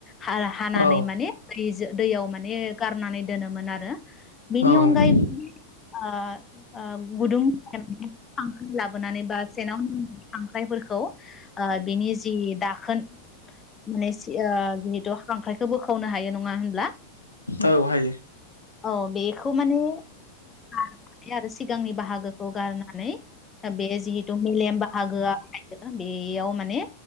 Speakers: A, on the left; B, on the left.
A: हा-हानानै
B: औ
A: माने फ्रिस दैयाव माने गारनानै दोनोमोन आरो। बिनि
B: औ
A: अनगायैब आ-आ गुदुं खांख्राइ लाबोनानै बा सेनाव नांनाय खांख्रायफोरखौ बिनि जि दाखोन माने सि ओ बि <unintelligible> द खांख्रायखो बोखावनो हायो नङा होन ब्ला
B: औ हायो
A: औ बेखौ माने फ्राय आरो सिगांनि बाहागो खौ गारनानै ओ बेज जिहेतु मेलेम बाहागोआ <unintelligible> बेयाव माने